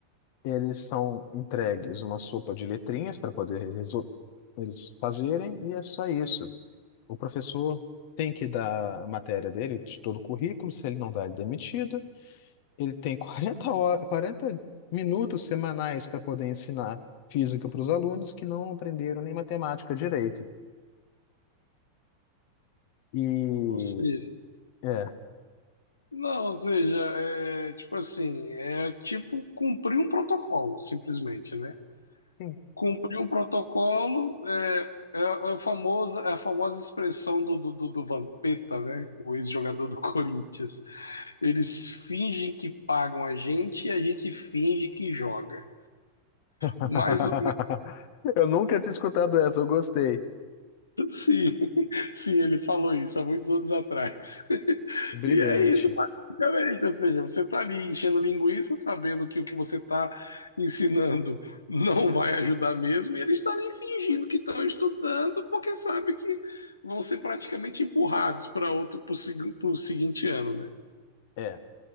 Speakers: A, on the left; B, on the left.
A: eles são entregues uma sopa de letrinhas para poder resol- eles fazerem, e é só isso. O professor tem que dar a matéria dele, de todo o currículo, se ele não dá, ele é demitido. Ele tem 40 horas, quarenta minutos semanais para poder ensinar física para os alunos que não aprenderam nem matemática direito. E
B: <laughs> Ou seja,
A: é,
B: não, ou seja, é tipo assim, é tipo cumprir um protocolo, simplesmente, né?
A: sim.
B: Cumpriu o protocolo, é, é, a famosa, é a famosa expressão do, do, do do Vampeta, né? O ex-jogador do <laughs> Corinthians. Eles fingem que pagam a gente e a gente finge que joga.
A: <laughs>
B: Mais ou
A: Eu nunca tinha escutado essa, eu gostei.
B: Sim, <laughs> sim, ele falou isso há muitos anos atrás. <laughs>
A: Brilhante.
B: E é isso, basicamente. Ou seja, você está ali enchendo linguiça, sabendo que o que você está ensinando não vai ajudar mesmo, e eles estão ali fingindo que estão estudando, porque sabe que vão ser praticamente empurrados para outro, para o seguinte ano, né?
A: É.